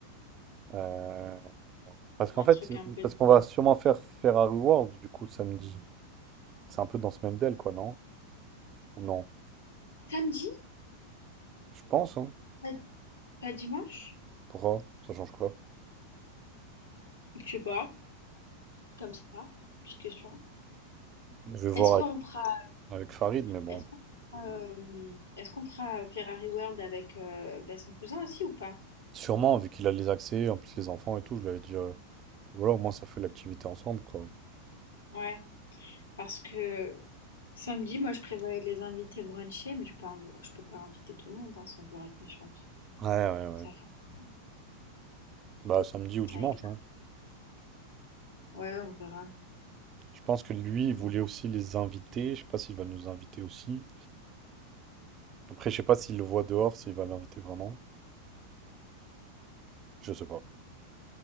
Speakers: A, on the right; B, on the left.
A: euh, Parce qu'en
B: Un
A: fait,
B: truc un peu
A: parce
B: de
A: qu'on va sûrement faire Ferrari World du coup samedi. C'est un peu dans ce même deal, quoi, non? Ou Non.
B: samedi?
A: Je pense, hein.
B: Pas pas dimanche?
A: Pourquoi? Ça change quoi?
B: Je sais pas, comme ça, petite question.
A: Je vais voir
B: Est-ce qu'on
A: avec,
B: fera
A: avec Farid, mais bon.
B: est-ce qu'on fera, hem, est-ce qu'on fera Ferrari World avec, heu, bah, son cousin aussi ou pas?
A: Sûrement, vu qu'il a les accès, en plus les enfants et tout, je lui avais dit. euh, Voilà, au moins ça fait l'activité ensemble, quoi.
B: Ouais, parce que samedi, moi, je prévoyais de les inviter bruncher, mais je peux inv je peux pas inviter tout le monde, hein, sans vouloir être méchante.
A: Ouais, ouais, ouais.
B: Ça va,
A: Bah samedi ou dimanche,
B: avec ça.
A: hein.
B: Ouais, on verra.
A: Je pense que lui,
B: On
A: il
B: verra.
A: voulait aussi les inviter. Je sais pas s'il va nous inviter aussi. Après, je sais pas s'il le voit dehors, s'il va l'inviter vraiment. Je sais pas.